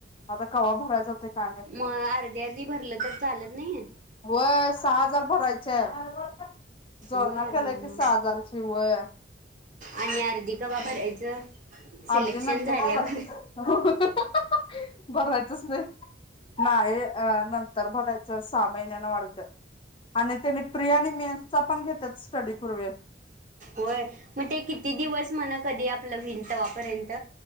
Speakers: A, on the left; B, on the right.
A: आता कवा भरायचं होतंय काय माहित नाही.
B: म अर्धी अर्धी भरलं तर चालत नई?
A: व्हय सहा हजार भराय च <unintelligible> जोलना
B: वय हां
A: केलोय की सहा हजारची व्हय
B: आणि अर्धी कवा भरायचं? सिलेक्शन
A: अर्धी नंतर
B: झाल्यावर
A: न भरायचं, भरायचंच नई, नाई अ नंतर भराय च सहा महिन्यान वाढत. आणि तेनी प्रि आणि मेन चा पण घेत्यात स्टडी पूर्वे
B: होय म ते किती दिवस म्हण? कधी आपलं व्हिल तवा पर्यंत